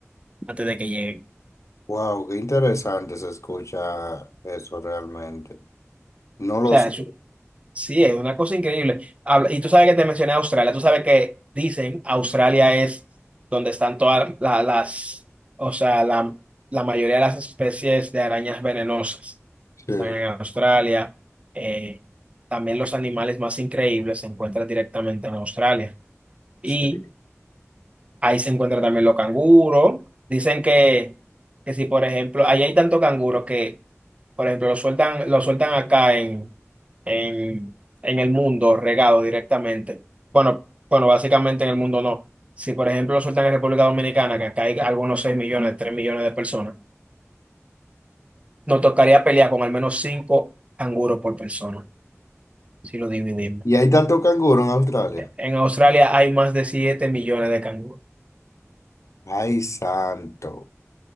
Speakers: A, on the right; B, on the left.
A: antes de que lleguen.
B: Wow, qué interesante se escucha eso realmente. No lo
A: O sea,
B: sé.
A: es, Sí, es una cosa increíble. Habla- y tú sabes que te mencioné Australia, tú sabes que dicen Australia es donde están todas la- las, o sea, la, la mayoría de las especies de arañas venenosas.
B: Sí.
A: Están en Australia. Eh, también los animales más increíbles se encuentran directamente en Australia. Y
B: Sí.
A: ahí se encuentran también los canguros. Dicen que, que si, por ejemplo, ahí hay tanto canguro que por ejemplo, lo sueltan, lo sueltan acá en, en, en el mundo, regado directamente. Bueno, bueno, básicamente en el mundo no. Si, por ejemplo, lo sueltan en República Dominicana, que acá hay algunos 6 millones, 3 millones de personas, nos tocaría pelear con al menos 5 canguros por persona, si lo dividimos.
B: Y hay tanto canguro en Australia.
A: En Australia hay más de 7 millones de canguros
B: Ay, santo.